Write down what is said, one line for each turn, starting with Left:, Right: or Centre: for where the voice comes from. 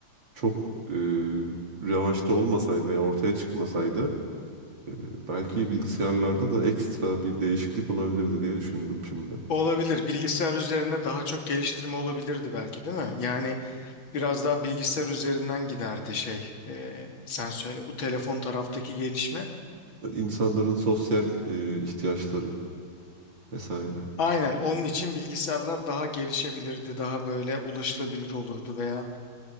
Right: çok e, revaçta olmasaydı veya ortaya çıkmasaydı e, belki bilgisayarlarda da ekstra bir değişiklik olabilirdi diye düşündüm şimdi.
Left: Olabilir. Bilgisayar üzerine daha çok geliştirme olabilirdi belki değil mi? Yani Biraz daha bilgisayar üzerinden giderdi şey. Ee, sen söyle bu telefon taraftaki gelişme.
Right: İnsanların sosyal e, ihtiyaçları vesaire.
Left: Aynen onun için bilgisayarlar daha gelişebilirdi, daha böyle ulaşılabilir olurdu veya